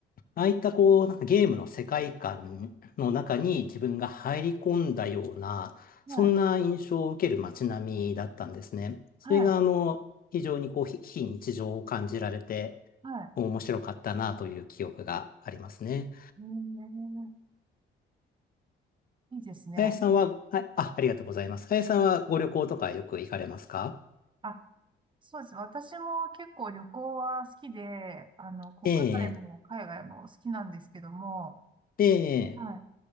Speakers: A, on the left (about 45°); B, on the right (about 25°).
A: ああいったこう、なんかゲームの世界観の中に自分が入り込んだような、
B: はい。
A: そんな印象を受ける街並みだったんですね。それがあの、
B: はい。
A: 非常にこう、非非日常を感じられて、
B: はい。
A: 面白かったなという記憶がありますね。
B: えーいいですね。
A: 林さんは、あ、あ、ありがとうございます。林さんはご旅行とかよく行かれますか
B: あ、そうです。私も結構旅行は好きで、あの、国内も海外も好きなんですけども、
A: ええ、ええ、
B: はい。